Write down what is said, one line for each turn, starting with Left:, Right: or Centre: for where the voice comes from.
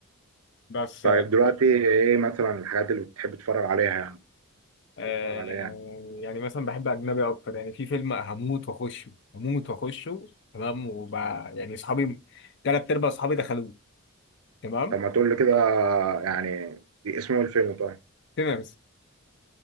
Left: بس
Right: طيب دلوقتي ايه مثلا الحاجات اللي بتحب تتفرج عليها يعني
Left: آه
Right: بتحب تتفرج عليها يعني
Left: يعني مثلا بحب اجنبي اكتر يعني في فيلم هموت واخشه هموت واخشه تمام وبع يعني اصحابي ثلاث ارباع اصحابي دخلوه تمام
Right: طب ما تقول لي كده يعني دي اسمه الفيلم طيب
Left: سينرز